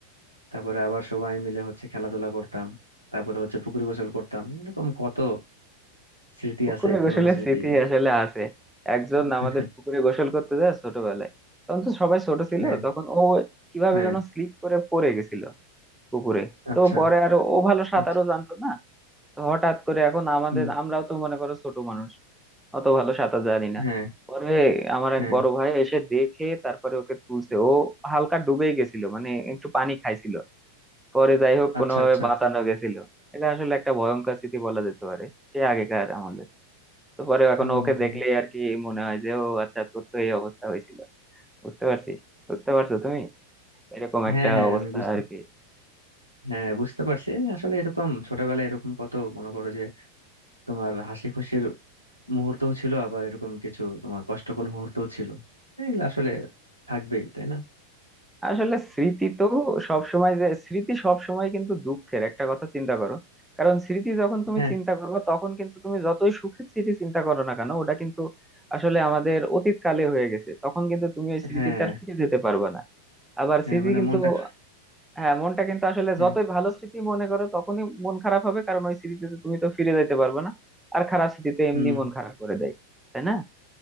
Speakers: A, on the right (about 80°); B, in the centre.
A: তারপরে আবার সবাই মিলে হচ্ছে খেলাধুলা করতাম তারপরে হচ্ছে পুকুর গোসল করতাম এরকম কত স্মৃতি
B: পুকুরে
A: আছে পুরনো
B: গোসলের
A: স্মৃতি
B: স্মৃতি আসলে আছে একজন
A: <laughs>
B: আমাদের পুকুরে গোসল করতে যায় ছোটবেলায় তখন তো সবাই ছোট ছিল
A: হ্যাঁ
B: তখন ও কিভাবে
A: হ্যাঁ
B: যেন স্লিপ করে পড়ে গেছিল পুকুরে
A: আচ্ছা
B: তো পরে আর ও ভালো সাঁতারও
A: আচ্ছা
B: জানতো না তো হঠাৎ করে এখন আমাদের
A: হুম
B: আমরাও তো মনে করো ছোট মানুষ অত ভালো সাঁতার জানি না
A: হ্যাঁ
B: পরে আমার এক
A: হ্যাঁ
B: বড় ভাই এসে দেখে তারপরে ওকে তুলছে ও হালকা ডুবেই গেছিল মানে একটু পানি খাইছিল পরে যাই হোক কোনোভাবে
A: আচ্ছা আচ্ছা
B: বাঁচানো গেছিল এটা আসলে একটা ভয়ঙ্কর স্মৃতি বলা যেতে পারে সে আগেকার আমাদের তো পরে এখন
A: হুম
B: ওকে দেখলেই আর কি মনে হয় যে ও আচ্ছা তোর তো এই অবস্থা হয়েছিল বুঝতে পারছিস বুঝতে পারছো তুমি এরকম
A: হ্যাঁ
B: একটা
A: হ্যাঁ
B: অবস্থা
A: আমি বুঝতে
B: আর কি
A: হ্যাঁ বুঝতে পারছি আসলে এরকম ছোটবেলায় এরকম কত মনে করো যে তোমার হাসি খুশির মুহূর্তও ছিল আবার এরকম কিছু তোমার কষ্টকর মুহূর্তও ছিল এগুলো আসলে থাকবেই তাই না
B: আসলে স্মৃতি তো সবসময় যে স্মৃতি সবসময় কিন্তু দুঃখের একটা কথা চিন্তা করো কারণ স্মৃতি যখন তুমি
A: হ্যাঁ
B: চিন্তা করবে তখন কিন্তু তুমি যতই সুখের স্মৃতি চিন্তা করো না কেন ওটা কিন্তু আসলে আমাদের অতীত কালে হয়ে গেছে তখন কিন্তু তুমি ওই স্মৃতিতে
A: হ্যাঁ
B: আর ফিরে যেতে পারবে না আবার
A: হ্যাঁ
B: স্মৃতি
A: মানে
B: কিন্তু
A: মনটা খা-
B: হ্যাঁ মনটা কিন্তু আসলে
A: হ্যাঁ
B: যতই ভালো স্মৃতি মনে করো তখনই মন খারাপ হবে কারণ ওই স্মৃতিতে তুমি তো ফিরে যেতে পারবে না আর খারাপ স্মৃতিতে এমনি
A: হুম
B: মন খারাপ করে দেয় তাই না